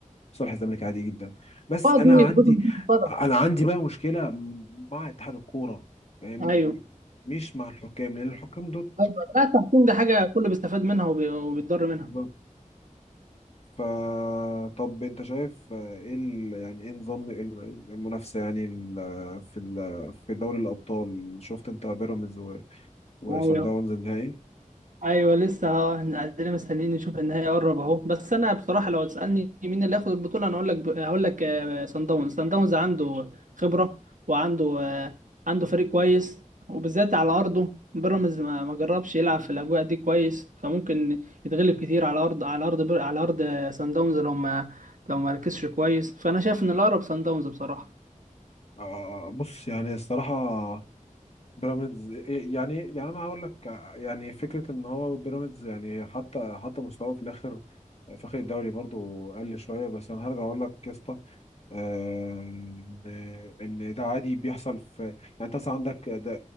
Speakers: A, on the left (about 50°); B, on the right (about 70°).
A: صالح الزمالك عادي جدا بس
B: اه
A: انا
B: دي
A: عندي
B: برضه بتتفضل
A: انا عندي بقى مشكله مع اتحاد الكوره فاهمني
B: ايوه
A: مش مع الحكام لان الحكام دول
B: ايوه لا التحكيم ده حاجه كله بيستفاد منها وبي- وبيتضر منها
A: يعني فطب انت شايف آه، ايه ال... يعني ايه نظام الم- المنافسه يعني ال... في ال... في دوري الابطال شفت انت بيراميدز و... وصن
B: ايوه
A: داونز النهائي
B: ايوه لسه اهو احنا قاعدين مستنيين نشوف النهائي قرب اهو بس انا بصراحه لو تسالني مين اللي هياخد البطوله انا اقول لك هقول لك آه، سان داونز سان داونز عنده خبره وعنده آه، عنده فريق كويس وبالذات على ارضه بيراميدز ما ما جربش يلعب في الاجواء دي كويس فممكن يتغلب كتير على ارض على ارض بير- على ارض آه، سان داونز لو ما لو ما ركزش كويس فانا شايف ان الاقرب سان داونز بصراحه
A: آه بص يعني الصراحه بيراميدز إيه، يعني يعني انا هقول لك يعني فكره ان هو بيراميدز يعني حتى حتى مستواه في الاخر في اخر الدوري برضو قل شويه بس انا هرجع اقول لك يا اسطى آه، ان إن ده عادي بيحصل في يعني انت مثلا عندك ده-